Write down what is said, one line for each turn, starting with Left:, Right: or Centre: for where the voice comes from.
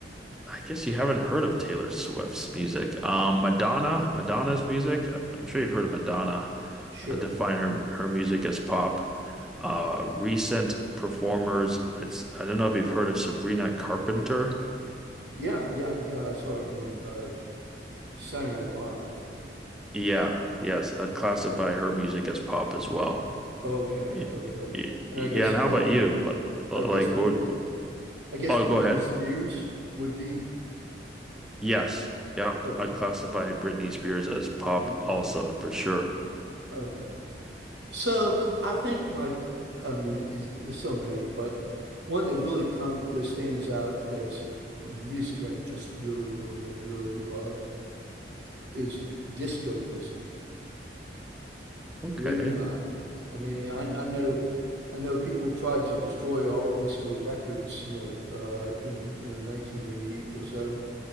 Centre: I guess you haven't heard of Taylor Swift's music. Um, Madonna, Madonna's music. Uh, I'm sure you've heard of Madonna.
Right: Sure.
Centre: I define her her music as pop. Uh, recent performers. It's I don't know if you've heard of Sabrina Carpenter.
Right: Yeah, yeah, yeah. I saw it on uh, Saturday Night Live.
Centre: Yeah, yes, I'd classify her music as pop as well.
Right: Okay,
Centre: Y-
Right: okay.
Centre: y-
Right: And
Centre: Yeah,
Right: I guess
Centre: and how
Right: I,
Centre: about
Right: I
Centre: you? L- l-
Right: I guess
Centre: Like,
Right: Britney
Centre: what?
Right: I guess
Centre: Oh,
Right: Britney
Centre: go ahead.
Right: Spears would be
Centre: Yes, yeah,
Right: okay,
Centre: I'd classify Britney Spears as pop
Right: okay,
Centre: also for sure.
Right: okay. So I think my, I mean, it's, there's so many, but one that really come that stands out as music I just really, really, really love is disco music.
Centre: Okay.
Right: Believe it or not, I mean, I, I know, I know people tried to destroy all the disco records, you know, uh, in the 1980 or so.